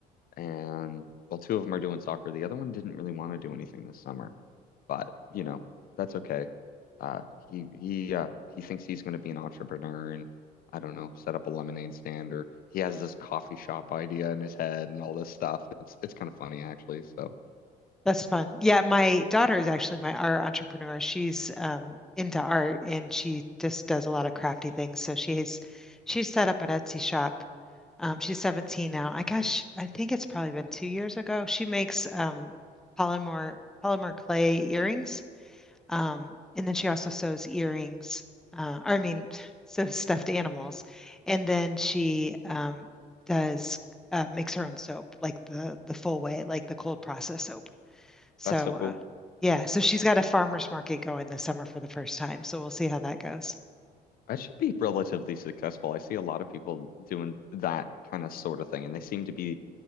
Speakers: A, on the left (about 60°); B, in the centre.
A: and well, two of them are doing soccer. The other one didn't really want to do anything this summer. But, you know, that's okay. Uh, he he uh, he thinks he's going to be an entrepreneur and I don't know, set up a lemonade stand or he has this coffee shop idea in his head and all this stuff. It's it's kind of funny actually. So
B: that's fun. Yeah, my daughter is actually my our entrepreneur. She's um, into art and she just does a lot of crafty things. So she's she's set up an Etsy shop. Um, she's 17 now. I gosh, I think it's probably been two years ago. She makes um, polymer polymer clay earrings. Um, and then she also sews earrings, uh, or I mean, <laughs> sews stuffed animals. And then she um, does uh, makes her own soap, like the the full way, like the cold process soap. So
A: that's so cool.
B: uh, yeah, so she's got a farmer's market going this summer for the first time. So we'll see how that goes.
A: That should be relatively successful. I see a lot of people doing that kind of sort of thing, and they seem to be,